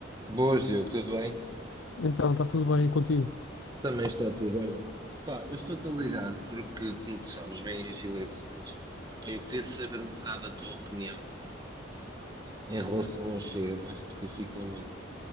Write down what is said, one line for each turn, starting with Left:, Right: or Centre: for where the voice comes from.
Right: Boas, Diogo, tudo bem?
Left: Então, está tudo bem contigo?
Right: Também está tudo. Olha, pá, eu estou-te a ligar porque, como tu sabes, vêm as eleições. Pá, eu queria saber um bocado a tua opinião em relação ao Chega, mais especificamente.